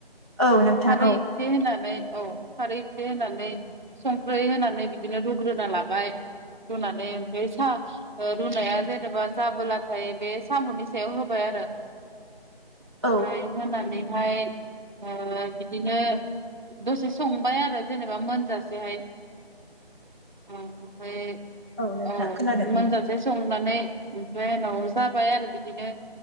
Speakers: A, on the right; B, on the right.
A: औ नोंथां
B: खारै
A: औ
B: एसे होनानै औ खारै एसे होनानै संख्रै होनानै बिदिनो रुग्रोना लाबाय रुनानै ओमफ्राय सा रुनाया जेनेबा जाबोलाथाय बे सामनि सायाव होबाय आरो ओमफ्राय
A: औ
B: होना <unintelligible> ओ बिदिनो दसे स संबाय आरो जेनेबा मोनजासेहाय औ ओमफ्राय
A: नोंथां
B: औ
A: खोनादों
B: मोनजासे
A: उम
B: संनाय <unintelligible> ओमफ्राय उनाव जाबाय आरो बिदिनो